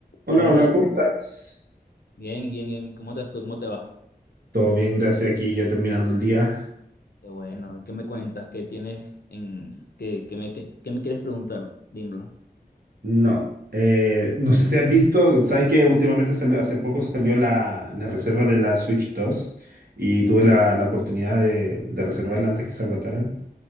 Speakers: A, on the right; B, on the left.
A: Hola,
B: Buenas
A: hola,
B: noches.
A: ¿cómo estás?
B: Bien, bien, bien. ¿Cómo estás tú? ¿Cómo te va?
A: Todo bien, gracias. Aquí ya terminando el día.
B: Qué bueno. ¿Y ¿Qué me cuentas? ¿Qué tienes en qué, qué me, qué, qué me quieres preguntar? Dímelo.
A: No, eh, no sé si has visto, sabes que últimamente salió, hace poco salió la, la reserva de la Switch 2 y tuve la, la oportunidad de, de reservarla antes que se agotaran.